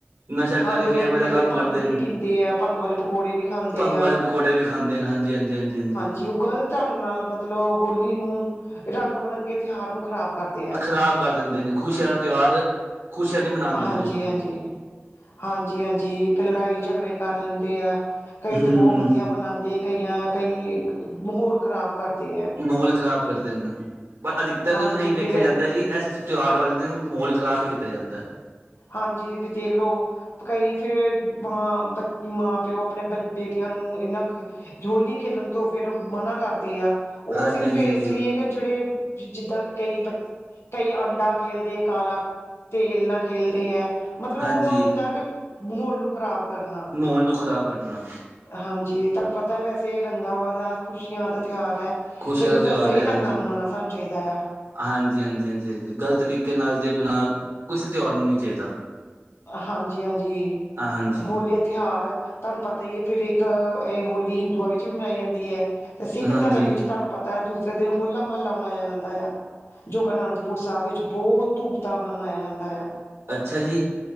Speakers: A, on the right; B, on the left.
A: ਨਸ਼ਾ ਕਰਕੇ,
B: ਹਾਂਜੀ ਉਸ
A: ਐਵੇਂ
B: ਦਿਨ ਕਹਿੰਦੇ
A: ਦਾ ਕੰਮ
B: ਭੰਗ
A: ਕਰਦੇ
B: ਵੀ
A: ਨੇ
B: ਪੀਂਦੇ ਆ ਭੰਗ ਵਾਲੇ ਪਕੌੜੇ ਵੀ ਖਾਂਦੇ
A: ਭੰਗ
B: ਆ
A: ਵਾਲੇ ਪਕੌੜੇ ਵੀ ਖਾਂਦੇ ਨੇ ਹਾਂਜੀ। ਹਜੀ-ਹਾਂਜੀ- ਹਾਂਜੀ- ਹਾਂਜੀ।
B: ਜੇ ਉਹ ਗ਼ਲਤ ਢੰਗ ਨਾਲ ਮਤਲਬ ਹੋਲੀ ਨੂੰ, ਰੰਗ ਬਿਰੰਗੇ ਤਿਉਹਾਰ ਨੂੰ ਖ਼ਰਾਬ ਕਰਦੇ ਐ।
A: ਖਰਾਬ ਕਰ ਦਿੰਦੇ ਨੇ। ਖੁਸ਼ੀਆਂ ਦਾ ਤਿਉਹਾਰ ਖੁਸ਼ੀਆਂ ਨੀ ਮਨਾਨ ਦਿੰਦੇ
B: ਹਾਂਜੀ-ਹਾਂਜੀ
A: ਉਸ ਦਿਨ।
B: ਹਾਂਜੀ ਹਾਂਜੀ ਇੱਕ ਲੜਾਈ ਝਗੜੇ ਕਰ ਲੈਂਦੇ ਆ। ਕਈ
A: ਹਮ
B: ਤੇ ਬਹੁਤ ਵਧੀਆ ਬਣਾਂਦੇ ਐ। ਕਇਆਂ ਕਈ ਮਹੋਲ ਖਰਾਬ ਕਰਦੇ ਐ।
A: ਮਹੋਲ ਖ਼ਰਾਬ ਕਰਦੇ ਨੇ ਨਾ। ਪਰ ਅਧਿਕਤਰ
B: ਹਾਂਜੀ
A: ਹੁਣ ਐਈ ਵੇਖਿਆ
B: ਫਿਰ
A: ਜਾਂਦਾ ਜੀ, ਇਸ ਤਿਉਹਾਰ ਵਾਲੇ ਦਿਨ ਮਹੌਲ ਖਰਾਬ ਵੀ ਕੀਤਾ ਜਾਂਦੈ।
B: ਹਾਂਜੀ ਵੀ ਦੇਖ ਲੋ ਕਈ ਫੇਰ ਮ ਬ ਮਾਂ ਪਿਓ ਆਪਣੇ ਬ ਬੇਟੀਆਂ ਨੂੰ ਇਨਾਂ। ਰੋਲੀ ਖੇਲਣ ਤੋਂ ਫਿਰ ਮਨਾ ਕਰਦੇ ਆ ਉਹ
A: ਹਾਂਜੀ
B: ਸਿਰਫ
A: ਹਾਂਜੀ
B: ਇਸ
A: ਹਾਂਜੀ
B: ਲਈ ਏ ਕਿ ਜਿਹੜੇ। ਜਿੱਦਾਂ ਕਈ ਬ ਕਈ ਆਂਡਾ ਖੇਲਦੇ ਹੈ ਕਾਲਾ ਤੇਲ ਨਾਲ ਖੇਲਦੇ ਹੈ। ਮਤਲਬ
A: ਹਾਂਜੀ
B: ਉਹਨਾਂ ਨੂੰ ਹੁੰਦਾ ਕਿ ਮਾਹੌਲ ਨੂੰ ਖ਼ਰਾਬ ਕਰਨਾ।
A: ਮਾਹੌਲ ਨੂੰ ਖ਼ਰਾਬ ਕਰਨਾ।
B: ਹਾਂਜੀ ਤੁਹਾਨੂੰ ਪਤਾ ਵੈਸੇ ਰੰਗਾਂ ਦਾ ਖੁਸ਼ੀਆਂ ਦਾ ਤਿਉਹਾਰ ਹੈ।
A: ਖ਼ੁਸ਼ੀਆਂ
B: ਤੇ ਇਹਨੂੰ
A: ਦਾ ਤਿਉਹਾਰ
B: ਸਹੀ
A: ਹੈ
B: ਢੰਗ
A: ਹਾਂਜੀ-
B: ਨਾਲ ਮਨਾਉਣਾ ਸਾਨੂੰ ਚਾਹੀਦਾ ਆ
A: ਹਾਂਜੀ- ਹਾਂਜੀ- ਹਾਂਜੀ- ਹਾਂਜੀ ਗ਼ਲਤ ਤਰੀਕੇ। ਕਿ ਨਾਲ ਦੇ <inaudible> ਕਿਸੇ ਤਿਉਹਾਰ ਨੂੰ ਨਹੀਂ ਚਾਹੀਦਾ।
B: ਹਾਂਜੀ- ਹਾਂਜੀ
A: ਹਾਂਜੀ
B: ਹੋਲੀ। ਤਿਉਹਾਰ ਤੁਹਾਨੂੰ ਪਤਾ ਹੀ ਹੈ ਫਿਰ ਇੱਕ ਇਹ ਹੋਲੀ ਹਿੰਦੂਆਂ ਵਿੱਚ ਵੀ ਮਨਾਈ ਜਾਂਦੀ ਹੈ। ਤੇ ਸਿੱਖ
A: ਹਾਂਜੀ
B: ਧਰਮ ਵਿੱਚ ਤੁਹਾਨੂੰ ਪਤਾ ਹੈ ਦੂਸਰੇ ਦਿਨ ਹੋਲਾ ਮਹੱਲਾ ਮਨਾਇਆ ਜਾਂਦਾ ਆ। ਜੋ ਕਿ ਅਨੰਦਪੁਰ ਸਾਹਿਬ ਵਿੱਚ ਬਹੁਤ ਧੂਮ ਧਾਮ ਨਾਲ ਮਨਾਇਆ ਜਾਂਦਾ ਆ।
A: ਅੱਛਾ ਜੀ,